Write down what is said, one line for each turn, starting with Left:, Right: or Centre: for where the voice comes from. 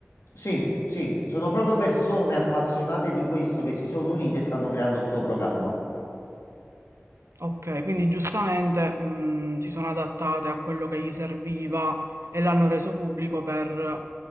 Left: Sì, sì, sono proprio persone appassionate di questo che si sono unite e stanno creando sto programma.
Right: Ok, quindi giustamente mh, si sono adattate a quello che gli serviva e l'hanno reso pubblico per